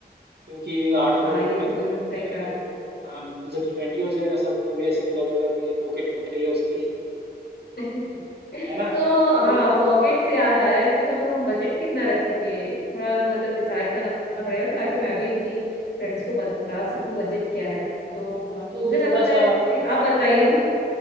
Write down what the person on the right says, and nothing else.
क्योंकि आठ लोगों
में
जब
हम
करेंगे
तो बजट फ्रेंडली हो जाएगा सबको भी ऐसे नहीं लगेगा कि पॉकेट कट रही है उसकी
है ना
तो
हाँ तो
थोड़ा
सा